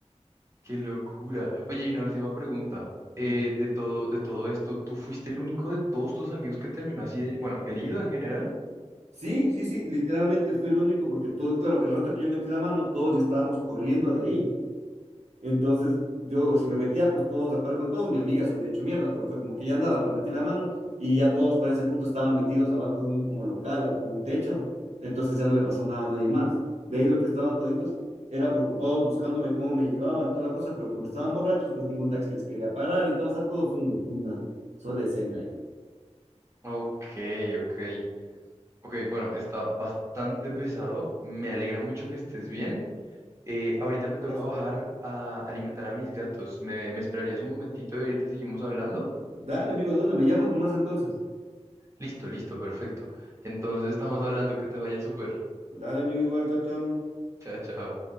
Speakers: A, on the right; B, on the right.
A: Qué locura. Oye, y una última pregunta.
B: Mm.
A: Eh, de todo, de todo esto, ¿tú fuiste el único de todos tus amigos que terminó así, de- bueno, herido en general?
B: Sí, sí, sí, literalmente fui el único porque todo, claro, el rato que yo metí la mano, todos ya estábamos corriendo de ahí. Entonces, yo, si me metía, pues todos de acuerdo con todo, mi amiga se hubiera hecho mierda, pero fue como que ya nada, pues metí la mano y ya todos para ese punto estaban metidos abajo de un como local, como un techo, entonces ya no le pasó nada a nadie más. De ahí lo que estaban toditos, era preocupados buscándome cómo me llevaban, toda la cosa, pero como estaban borrachos, pues ningún taxi les quería parar y todo, o sea, todo fue un- una sola escena ahí.
A: Ok, ok. Ok, bueno, está bastante pesado. Me alegra mucho que estés bien. Eh, ahorita me toca
B: Gracias.
A: bajar a alimentar a mis gatos. ¿Me, me esperarías un momentito y ahorita seguimos hablando?
B: Dale, amigo, de una, me llamas nomás entonces.
A: Listo, listo, perfecto. Entonces estamos hablando, que te vaya súper.
B: Dale, amigo, igual, chao, chao.
A: Chao, chao.